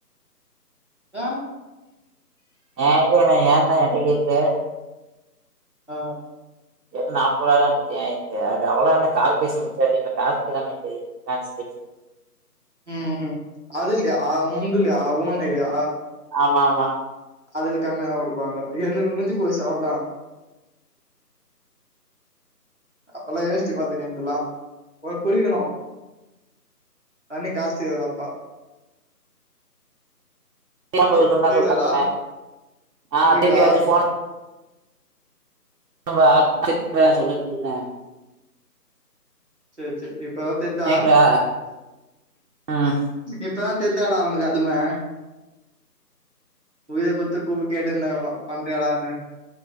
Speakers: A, on the right; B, on the right.
A: ஏ
B: ஏன் தெர்ல ஏன்டா என்ட கேக்குற
A: ஆ
B: இது வரைக்கு நாப்போருவாதா வந்துச்சு எ இதுக்கு அது அவ்ளோதான கால் பேசி முடிச்சாச்சு இப்ப டாஸ்குதான இது டாஸ்க் <unintelligible>
A: ம் அதுகிட்டயா உன்ந்தில்லயா ஓன் ஐ டி யா
B: ஆமாம்மா
A: அதுல கம்மியாதா குடுப்பாங்க எனக்கு முஞ்சு போச்சு அவள்தா அப்பலா யோசிச்சு பாத்துக்க என்ந்துலா போய் குளிக்கணு தண்ணி காஸ்ட் ஏறுதாப்பா
B: கெம இருக்கனுனா
A: கேக்குதாடா?
B: சொல்ட்ட அப்பப்ப ஆ
A: கேக்குதா?
B: டி பி <unintelligible> ஃபோன் ரொம்ப <inaudible> சொல்லி குடுக்குறே
A: சேர் சேர் இப்பதா தெர்தா
B: கேக்குதா ம்
A: இப்பதா தெர்தாடா ஒனக்கு அதுமே உயிர குட்த்து கூமுட்டயாட்ட நா வ பண்றியாடான்னே